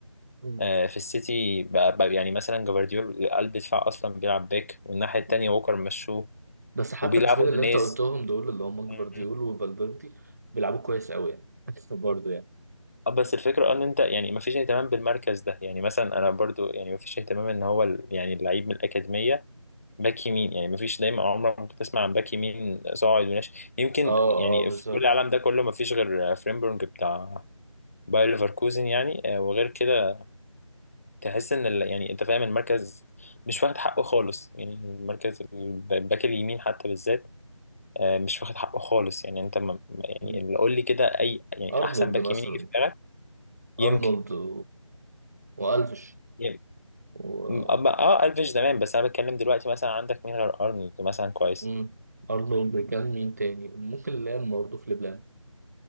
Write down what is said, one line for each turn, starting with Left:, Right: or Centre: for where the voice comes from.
Right: مم.
Left: آه، في السيتي بقى بقى يعني مثلا جفارديول قلب دفاع اصلا بيلعب باك والناحيه التانيه
Right: مم.
Left: ووكر مشوه
Right: بس حتى
Left: وبيلعبوا
Right: الاسمين اللي
Left: نونيز
Right: انت قلتهم دول اللي هم جفارديول
Left: مم.
Right: وفالفيردي بيلعبوا كويس قوي يعني <laughs> برضه يعني
Left: آه، بس الفكره ان انت يعني مفيش اهتمام بالمركز ده يعني مثلا انا برضو يعني مفيش اهتمام ان هو ال- يعني اللعيب من الاكاديميه باك يمين يعني مفيش دايما عمرك ما بتسمع عن باك يمين صاعد وناشئ يمكن
Right: اه
Left: يعني
Right: اه بالظبط
Left: في كل العالم ده كله مفيش غير آه، فريمبونج بتاع باير ليفركوزن يعني آه، وغير كده تحس ان ال... يعني انت فاهم المركز مش واخد حقه خالص يعني المركز الب- الباك اليمين حتى بالذات آه، مش واخد حقه خالص يعني انت ما... ما-
Right: مم.
Left: يعني اللي قول لي كده اي يعني
Right: ارنولد
Left: احسن باك
Right: مثلا
Left: يمين يجي في دماغك يمكن
Right: ارنولد و... والفش
Left: يمكن
Right: و... آه،
Left: اه آه، الفيش زمان بس انا بتكلم دلوقتي مثلا عندك مين غير ارنولد مثلا كويس
Right: مم. ارنولد كان مين تاني ممكن لام برضه في لبلان